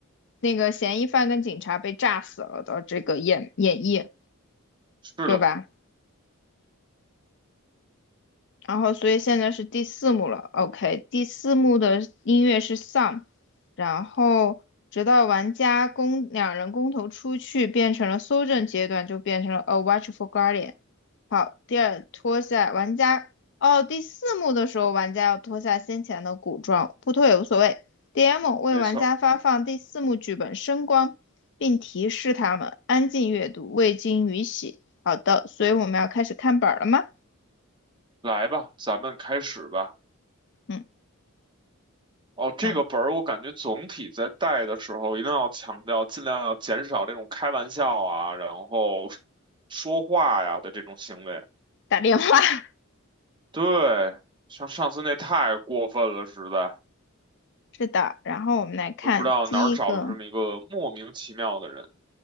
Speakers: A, on the left; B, on the right.
A: 那个嫌疑犯跟警察被炸死了的这个演演绎，
B: 是的，
A: 对吧？然后所以现在是第四幕了，OK，第四幕的音乐是 Some，然后直到玩家公两人公投出去变成了搜证阶段，就变成了 A Watch for Guardian。好，第二脱下玩家，哦，第四幕的时候玩家要脱下先前的古装，不脱也无所谓。DM 为玩家发放第四幕剧本声光，
B: 没错儿
A: 并提示他们安静阅读，未经允许。好的，所以我们要开始看本儿了吗？
B: 来吧，咱们开始吧。
A: 嗯。
B: 哦，这个本儿我感觉总体在带的时候，
A: 然
B: 一定要强调，尽量要减少这种开玩笑啊，然后说话呀的这种行为。
A: 打电话，<laughs>
B: 对，像上次那太过分了，实在
A: 是的。然后我们来看第一个，
B: 都不知道哪儿找的这么一个莫名其妙的人。